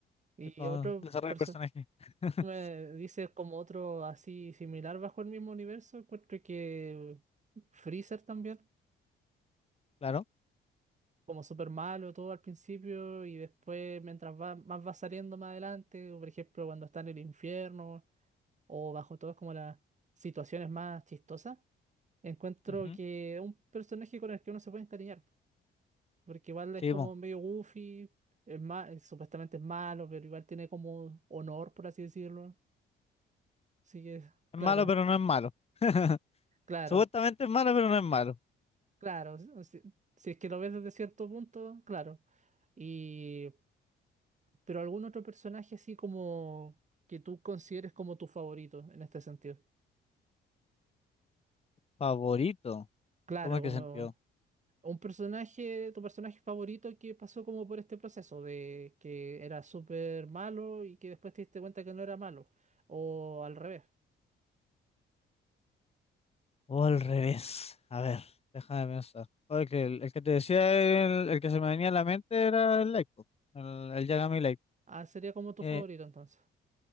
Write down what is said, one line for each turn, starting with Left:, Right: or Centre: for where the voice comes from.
Right: Y
Left: es como
Right: otro
Left: desarrollo
Right: personaje,
Left: de personaje. <laughs>
Right: me dice como otro así similar bajo el mismo universo, encuentro que Freezer también,
Left: Claro.
Right: como súper malo todo al principio y después mientras va, más va saliendo más adelante, por ejemplo cuando está en el infierno. o bajo todo es como las situaciones más chistosas, encuentro
Left: Ujú.
Right: que es un personaje con el que uno se puede encariñar, porque igual es
Left: Sí,
Right: como
Left: po.
Right: medio goofy, es ma- es- supuestamente es malo, pero igual tiene como honor, por así decirlo. Así que, claro,
Left: Es malo, pero no es malo. <laughs>
Right: claro,
Left: Supuestamente es malo, pero no es malo.
Right: claro, si, si si es que lo ves desde cierto punto, claro. Y, pero algún otro personaje así como que tú consideres como tu favorito en este sentido.
Left: Favorito.
Right: Claro,
Left: ¿Cómo es
Right: como...
Left: que sentido?
Right: Un personaje, tu personaje favorito que pasó como por este proceso de que era súper malo y que después te diste cuenta que no era malo. O al revés.
Left: O al revés. A ver, déjame pensar. Oye, que el, el que te decía, el, el que se me venía a la mente era el Light, po. el, el Yagami Light.
Right: Ah, sería como tu
Left: Eh,
Right: favorito entonces.